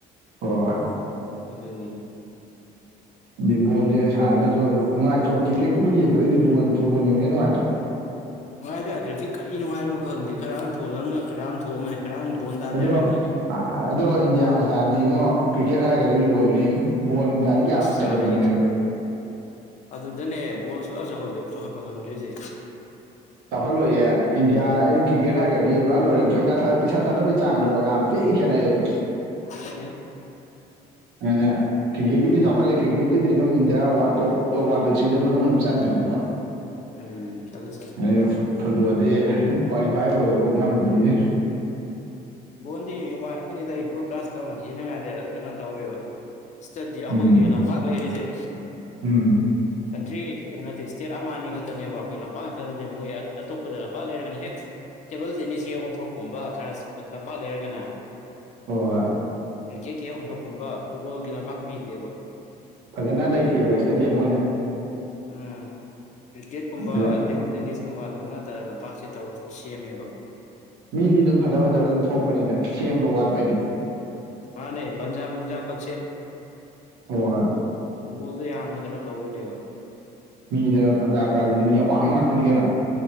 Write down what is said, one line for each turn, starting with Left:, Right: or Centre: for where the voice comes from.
Right: ꯍꯣꯏ ꯍꯣꯏ꯫
Left: ꯑꯗꯨꯅꯤꯗ꯫
Right: ꯑꯗꯨ ꯕꯣꯜꯁꯦ ꯁꯥꯟꯅꯗ꯭ꯔꯁꯨ ꯅꯨꯡꯉꯥꯏꯇ꯭ꯔꯣ ꯀꯤꯛꯀꯦꯠꯀꯨꯝꯕ ꯌꯦꯡꯕꯗꯩꯗꯤ ꯕꯣꯜ ꯐꯨꯠꯕꯣꯜ ꯌꯦꯡꯕ ꯅꯨꯡꯉꯥꯏꯇ꯭ꯔꯣ꯫
Left: ꯅꯨꯡꯉꯥꯏꯗꯦ ꯀ꯭ꯔꯤꯀꯦꯠ ꯀꯔꯤ ꯅꯨꯡꯉꯥꯏꯔꯤꯅꯣ ꯈꯪꯗꯦ ꯈꯔ ꯑꯝ ꯊꯣꯜꯂꯝꯒ ꯈꯔ ꯑꯃ ꯊꯣꯛꯃꯅꯤ ꯈꯔ ꯑꯃ ꯕꯣꯜ ꯇꯥꯟꯅꯔꯅꯤ꯫
Right: ꯑꯗꯣ ꯑꯗꯣ ꯏꯟꯗꯤꯌꯥ ꯃꯆꯥꯗꯤ ꯉꯣ ꯀ꯭ꯔꯤꯛꯀꯦꯠ ꯍꯥꯏꯔꯒꯗꯤ ꯂꯣꯏꯕꯅꯤꯉꯣ꯫ ꯕꯣꯟꯒꯥꯗꯤ ꯀꯌꯥ ꯀꯩꯗꯧꯗꯝꯅꯦꯕ꯫
Left: ꯃꯥꯅꯦ ꯑꯗꯨꯗꯅꯦ ꯕꯣꯜꯁꯨ ꯑ ꯆꯥꯎꯈꯠꯂ ꯆꯥꯎꯈꯠꯄ ꯉꯝꯗ꯭ꯔꯤꯖꯦ꯫
Right: ꯆꯥꯎꯈꯠꯂꯣꯏꯌꯦ ꯏꯟꯗꯤꯌꯥ ꯑꯩ ꯀꯔꯤꯀꯦꯠ ꯍꯥꯏꯔꯒꯗꯤ ꯄꯨꯔꯥ ꯂꯣꯏꯔꯦ ꯄꯩꯁꯥ ꯄꯩꯁꯥ ꯊꯥꯗꯕꯩ ꯆꯥꯡꯗꯣ ꯌꯥꯝ ꯊꯤ ꯈꯦꯠꯅꯩꯑꯕ꯫
Left: ꯈꯦꯠꯅꯩ꯫
Right: ꯅꯦꯅꯦ꯫ ꯀꯤꯒꯦꯒꯤꯗꯤ ꯆꯥꯎꯈꯠꯂꯦ ꯀꯤꯒꯦꯒꯤꯗꯤ ꯑꯗꯨꯝ India one top top one two ꯊ꯭ꯔꯤꯗ ꯃꯅꯨꯡ ꯑꯗꯨꯝ ꯆꯟꯕꯅꯦꯀꯣ꯫ <inaudible>
Left: ꯎꯝ ꯆꯜꯂꯤ ꯆꯜ
Right: ꯑꯩꯅ ꯐꯨꯠꯕꯣꯜꯗꯤ ꯀ꯭ꯋꯥꯂꯤꯐꯥꯏ ꯑꯣꯏꯕꯐꯥꯎ ꯉꯝꯗ꯭ꯔꯤꯖꯤ꯫
Left: ꯕꯣꯟꯗꯤ ꯋꯥꯠꯀꯤꯅꯤꯗ ꯑꯩ ꯕ꯭ꯔꯣꯗꯀꯥꯁ ꯇꯧ ꯊꯤꯅꯉꯥꯏꯗ ꯀꯩꯅꯣ ꯇꯧꯋꯦꯕ꯫ ꯏꯁꯇꯗꯤ
Right: ꯎꯝ
Left: ꯑꯈꯣꯏꯒꯤ ꯂꯝꯄꯥꯛ ꯂꯩꯔꯤꯖꯦ꯫
Right: ꯎꯝ
Left: ꯀꯟꯇ꯭ꯔꯤ ꯅꯠꯇꯦ ꯏꯁꯇꯦꯠ ꯑꯃ ꯑꯅꯤ ꯈꯛꯇꯅꯦꯕ ꯑꯩꯈꯣꯏ ꯂꯝꯄꯥꯛ ꯉꯛꯇ ꯅꯠꯇꯦ ꯃꯣꯏ ꯑꯇꯣꯞꯄꯗ ꯂꯝꯄꯥꯛ ꯂꯩꯔꯒꯅ ꯍꯦꯛ ꯇꯦꯕꯜ ꯇꯦꯅꯤꯁ ꯀꯤ ꯑꯣꯟꯊꯣꯛꯀꯨꯝꯕ ꯈꯔ ꯂꯝꯄꯥꯛ ꯂꯩꯔꯒꯅ꯫
Right: ꯍꯣꯏ ꯍꯣꯏ꯫
Left: ꯀ꯭ꯔꯤꯀꯦꯠꯀꯤ ꯍꯦꯛ ꯑꯣꯟꯊꯣꯛꯀꯨꯝꯕ ꯐꯨꯠꯕꯣꯜꯒꯤ ꯂꯝꯄꯥꯛ ꯄꯤꯗꯦꯕ꯫
Right: ꯐꯖꯅ ꯂꯩꯇꯦꯕ ꯏꯁꯇꯗ꯭ꯌꯝ ꯑꯣꯏꯅ꯫
Left: ꯎꯝ ꯀ꯭ꯔꯤꯀꯦꯠ ꯀꯨꯝꯕ
Right: ꯐꯖ
Left: ꯇꯦꯕꯜ ꯇꯦꯅꯤꯁ ꯀꯨꯝꯕ ꯑꯗꯨꯝꯕ ꯉꯥꯛꯇ ꯂꯝꯄꯥꯛꯁꯤ ꯇꯧ ꯁꯦꯝꯃꯦꯕ꯫
Right: ꯃꯤꯗꯤ ꯑꯗꯨꯝ ꯐꯖ ꯐꯖꯕ ꯑꯗꯨꯝ ꯊꯣꯛꯄꯅꯤꯗ ꯁꯦꯝꯕ ꯋꯥꯠꯄꯩꯅꯤ꯫
Left: ꯃꯥꯅꯦ ꯄꯟꯖꯥꯕ ꯅꯨꯡꯖꯥꯕ ꯀꯛꯁꯦ꯫
Right: ꯍꯣ ꯍꯣꯏ꯫
Left: ꯔꯨꯕꯣꯜꯗꯣ ꯌꯥꯝꯅ ꯀꯩꯅꯣ ꯇꯧꯕꯅꯦꯕ꯫
Right: ꯃꯤꯗ ꯄꯟꯖꯥꯕ ꯀꯥꯁꯤꯗꯤ ꯃꯤ ꯑꯋꯥꯡ ꯉꯥꯛꯇꯅꯤ ꯀꯩꯅꯣ꯫